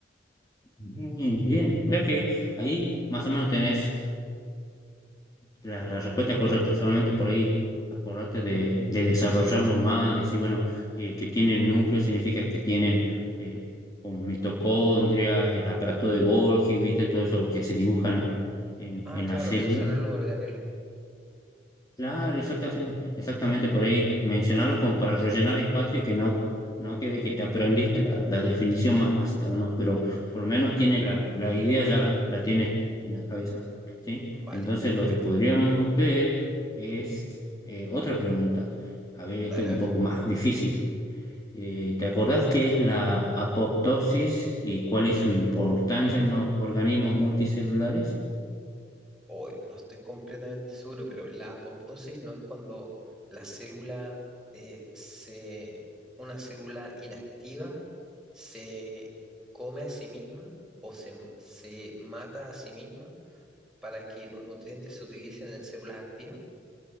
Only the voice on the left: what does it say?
Bien, bien. O sea que ahí más o menos tenés La, la respuesta es correcta, solamente por ahí acordate de, de desarrollarlo más, decir, bueno, eh, que tienen núcleo significa que tienen eh, como mitocondrias, el aparato de Golgi, viste, todo eso lo que se dibujan en,
en
la célula,
Claro, exactamente, exactamente por ahí mencionarlo como para rellenar espacio y que no, no quede que te aprendiste la, la definición más básica nomás, pero por lo menos tiene la, la idea, ya la, la tienes en la cabeza, ¿sí?
Entonces lo que podríamos ver es eh, otra pregunta. A ver,
esta es un
poco más difícil. Eh, ¿te acordás qué es la apoptosis y cuál es su importancia en los organismos multicelulares?